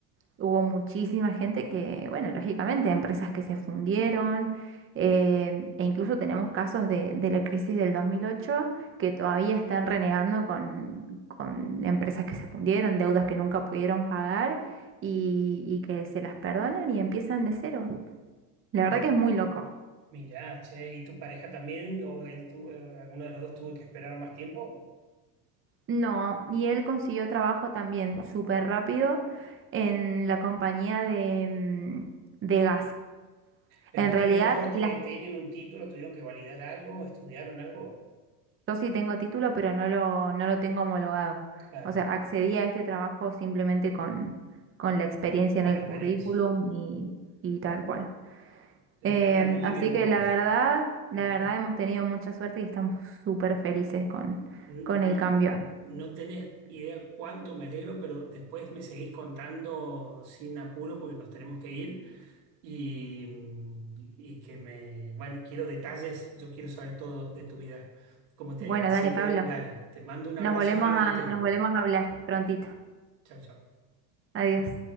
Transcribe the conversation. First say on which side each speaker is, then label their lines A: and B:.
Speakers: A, on the right (about 25°); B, on the right (about 75°).
A: Hubo muchísima gente que, bueno, lógicamente, empresas que se fundieron, em, e incluso tenemos casos de, de la crisis del 2008 que todavía están renegando con, con empresas que se fundieron, deudas que nunca pudieron pagar y, y que se las perdonan y empiezan de cero. La
B: Mi-
A: verdad que es muy loco.
B: Mira, che, ¿y tu pareja también o él tu- eh, alguno de los dos tuvo que esperar más tiempo?
A: No, y él consiguió trabajo también súper rápido en la compañía de, mm, de gas.
B: Pero
A: En
B: ustedes
A: realidad,
B: de todos
A: la
B: eh, tienen un título, tuvieron que validar algo, estudiaron algo,
A: Yo sí tengo título, pero no lo, no lo tengo homologado.
B: claro,
A: O sea, accedí a este trabajo simplemente con, con la experiencia
B: por
A: en el
B: la experiencia.
A: currículum y, y tal cual.
B: Lo
A: Em,
B: que habla muy
A: así
B: bien de
A: que
B: vos,
A: la verdad, la
B: es lo
A: verdad
B: que
A: hemos tenido mucha suerte y estamos súper felices con,
B: no,
A: con el cambio.
B: no tenés idea cuánto me alegro, pero después me seguís contando sin apuro porque nos tenemos que ir y, y que me, bueno, quiero detalles, yo quiero saber todo de tu vida, cómo te
A: Bueno,
B: ha ido. Así
A: dale, Pablo.
B: que dale, te mando un abrazo
A: Nos volvemos
B: gigantesco.
A: a, nos volvemos a hablar prontito.
B: Chao, chao.
A: Adiós.